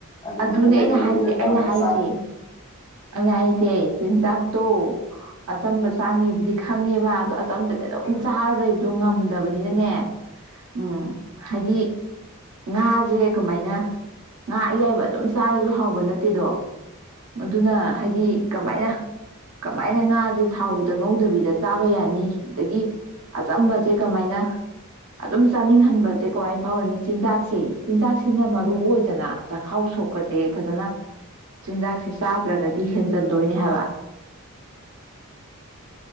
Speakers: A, on the left (about 20°); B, on the right (about 80°).
A: ꯑꯗꯨꯃꯥꯏꯅ
B: ꯑꯗꯨꯅꯦ ꯑꯩꯅ
A: ꯂꯩꯇꯕ
B: ꯍꯥꯏꯁꯦ
A: ꯑꯣꯏꯅ
B: ꯑꯩꯅ
A: ꯀꯔꯝꯕ
B: ꯍꯥꯏꯔꯤꯁꯦ
A: ꯆꯥꯅꯤ
B: ꯑꯩꯅ ꯍꯥꯏꯁꯦ ꯆꯤꯟꯖꯥꯛ ꯇꯣ ꯑꯆꯝꯕ ꯆꯥꯉꯤꯕꯨꯗꯤ ꯈꯪꯉꯦꯕ ꯑꯗ ꯆꯝꯕ
A: ꯎꯝ
B: ꯆꯥꯗ ꯑꯗꯨ ꯉꯝꯗꯕꯅꯤꯅꯅꯦ ꯎꯝ ꯍꯥꯏꯗꯤ ꯉꯥꯁꯦ ꯀꯃꯥꯏꯅ ꯉꯥ ꯑꯌꯥꯏꯕ ꯑꯗꯨꯝ ꯆꯥꯔꯁꯨ ꯍꯥꯎꯕ ꯅꯠꯇꯦꯗꯣ ꯃꯗꯨꯅ ꯍꯥꯏꯗꯤ ꯀꯃꯥꯏꯅ ꯀꯃꯥꯏꯅ ꯉꯥꯁꯦ ꯊꯥꯎꯗ ꯉꯧꯗꯕꯤꯗ ꯆꯥꯕ ꯌꯥꯅꯤ ꯑꯗꯒꯤ ꯑꯆꯝꯕꯁꯦ ꯀꯃꯥꯏꯅ ꯑꯗꯨꯝ ꯆꯥꯅꯤꯡꯍꯟꯕꯁꯦ ꯀꯃꯥꯏꯅ ꯐꯥꯎꯔꯅꯤ ꯆꯤꯟꯖꯥꯛꯁꯦ ꯆꯤꯟꯖꯥꯛꯁꯤꯅ ꯃꯔꯨ ꯑꯣꯏꯗꯅ ꯆꯈꯥꯎ ꯁꯣꯛꯄ ꯁꯦ ꯐꯖꯅ ꯆꯤꯟꯖꯥꯛꯁꯦ ꯆꯥꯗ꯭ꯔꯒꯗꯤ ꯍꯦꯟꯖꯟꯗꯣꯏꯅꯦ ꯍꯥꯏꯕ